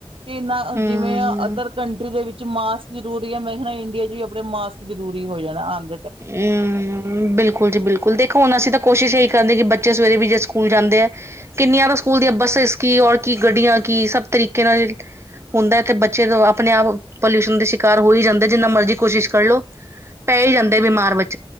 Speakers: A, on the right (about 65°); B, on the right (about 25°).
A: ਕਿਨਾ
B: ਹੂੰ।
A: ਜਿਵੇਂ ਅਦਰ ਕੰਟਰੀ ਦੇ ਵਿੱਚ ਮਾਸਕ ਜ਼ਰੂਰੀ ਹੈ ਮੈਂ ਕਹਿਣਾ ਇੰਡੀਆ ਚ ਵੀ ਆਪਣੇ ਮਾਸਕ ਜਰੂਰੀ ਹੋ ਜਾਣਾ ਜਾਣਾ
B: ਹਮ ਬਿਲਕੁਲ ਜੀ ਬਿਲਕੁਲ ਦੇਖੋ ਹੁਣ ਅਸੀਂ ਤਾਂ ਕੋਸ਼ਿਸ਼ ਹੀ ਕਹਿੰਦੇ ਕਿ ਬੱਚੇ ਸਵੇਰੇ ਵੀ ਜੇ ਸਕੂਲ ਜਾਂਦੇ ਆ ਕਿੰਨੀਆਂ ਤਾਂ ਸਕੂਲ ਦੀਆਂ ਬੱਸਿਸ ਕੀ ਔਰ ਕੀ ਗੱਡੀਆਂ ਕੀ ਸਭ ਤਰੀਕੇ ਨਾਲ ਹੁੰਦਾ ਤੇ ਬੱਚੇ ਆਪਣੇ ਆਪ ਪੋਲਿਊਸ਼ਨ ਦੇ ਸ਼ਿਕਾਰ ਹੋ ਹੀ ਜਾਂਦੇ ਜਿੰਨਾ ਮਰਜ਼ੀ ਕੋਸ਼ਿਸ਼ ਕਰਲੋ ਪੈ ਹੀ ਜਾਂਦੇ ਬਿਮਾਰ ਬੱਚੇ